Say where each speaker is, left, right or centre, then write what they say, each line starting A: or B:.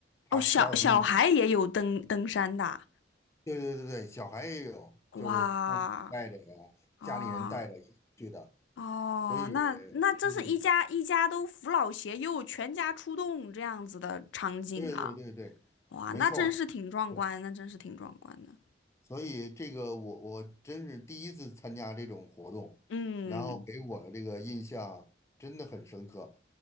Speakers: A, on the left; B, on the left.
A: 爬十二公里。
B: 哦，小小孩也有登登山的
A: 对对对对，小孩也有，
B: 啊哇，
A: 就是父母带着呀，
B: 哦
A: 家里人带着一起去的，
B: 哦，
A: 所以，
B: 那那这是一家一家都扶老携幼，
A: 嗯，
B: 全家出动这样子的场景啊，
A: 对对对对，
B: 哇，
A: 没错儿，
B: 那真是挺壮观，
A: 是，
B: 那真是挺壮观的，
A: 所以这个我我真是第一次参加这种活动，
B: 嗯
A: 然后给我的这个印象真的很深刻，